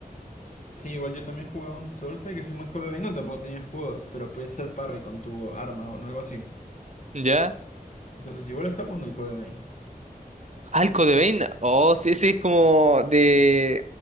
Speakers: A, on the left; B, on the right.
A: Sí, igual yo también jugué un Soulslike que se llama Code Vein, no tampoco tenía escudos, pero podías hacer parry con tu arma o algo así.
B: ¿Ya?
A: Entonces, igual está bueno el Code Vein.
B: Ah, el Code Vein. Oh, sí, ese es como de,